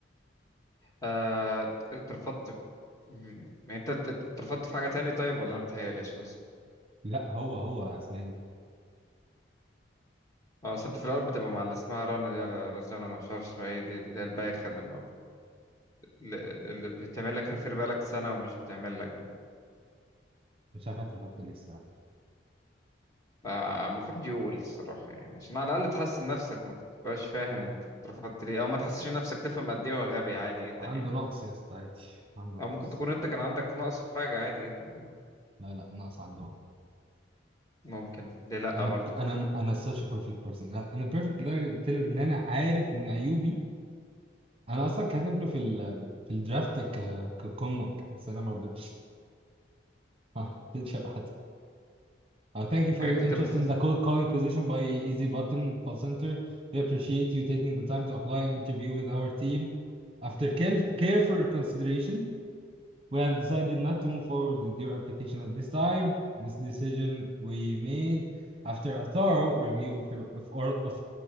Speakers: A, on the left; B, on the right.
A: آه اترفضت م- يعني انت اترفضت في حاجه تاني طيب ولا انا بتهيألي عشان
B: لا هو هو اسمها ايه دي
A: اه اصل انت في الاول بتبقى مع اللي اسمها رنا دي ولا رزانة ولا مش عارف اسمها ايه دي اللي هي البايخة اللي ما بت... اللي اللي بتعمل لك ريفير بقالك سنة ومش بتعمل لك دي
B: مش عارف اترفضت ليه الصراحه
A: فالمفروض يقول الصراحة يعني عشان على الأقل تحسن نفسك ما تبقاش فاهم انت اترفضت ليه أو ما تحسش نفسك تفهم قد ايه هو غبي عادي جدا
B: عنده
A: يعني
B: نقص يا اسطى عادي عنده
A: أو
B: نقص
A: ممكن تكون انت كان عندك نقص في حاجة عادي جدا يعني.
B: لا لا نقص عندهم
A: ممكن ليه لأ
B: انا
A: برضه
B: انا انا such a perfect person انا أنا perfect لدرجه قلت له ان انا عارف ان عيوبي انا اصلا كاتب له في ال في الدرافت ك ككمك بس انا ما رضيتش <laughs> ما رضيتش ابعت Uh, thank you for
A: إيه
B: your
A: كتب
B: interest
A: لي في-
B: in the cold calling position by Easy Button Call Center. We appreciate you taking the time to apply and interview with our team. After care careful consideration, we have decided not to move forward with your application at this time. This decision we made after a thorough review of your of all of,